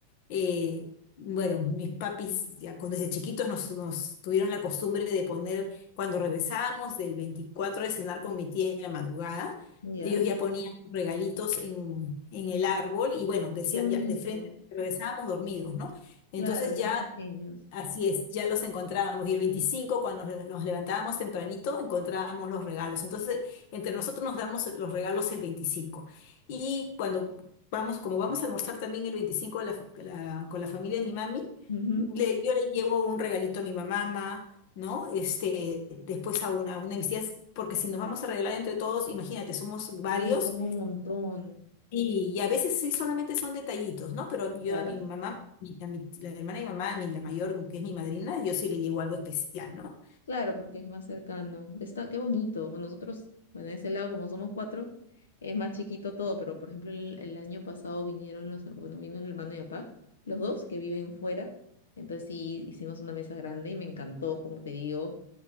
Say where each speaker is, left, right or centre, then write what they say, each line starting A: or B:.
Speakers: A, on the left; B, on the left.
A: eh, bueno, mis papis ya con- desde chiquitos nos, nos tuvieron la costumbre de poner cuando regresábamos del 24 de cenar con mi tía en la madrugada.
B: Ya,
A: Ellos ya ponían regalitos en, en el árbol y bueno, decían
B: qué bonito.
A: ya, de frente regresábamos dormidos, ¿no? Entonces
B: Claro, éramos
A: ya,
B: pequeños.
A: así es, ya los encontrábamos y el 25 cuando nos nos levantábamos tempranito encontrábamos los regalos. Entonces entre nosotros nos damos los regalos el 25 y cuando vamos, como vamos a almorzar también el 25 la fa- la- con la familia de mi mami,
B: Ujú.
A: le- yo le llevo un regalito a mi mamá. ¿no? Este, después a una, a una de mis tías, porque si nos vamos a regalar entre todos, imagínate, somos varios,
B: Sí, son un montón.
A: y, y a veces sí solamente son detallitos, ¿no? Pero yo
B: Claro,
A: a mi mamá, mi- a mi, la hermana de mi mamá, mi, la mayor, que es mi madrina, yo sí le llevo algo especial, ¿no?
B: claro, porque es más cercano. Está, qué bonito. Bueno, Nosotros, bueno, en ese lado, como somos cuatro, es más chiquito todo, pero por ejemplo, el, el año pasado vinieron los, her- bueno, vino el hermano y papá, los dos que viven fuera. Entonces sí, hicimos una mesa grande y me encantó, como te digo.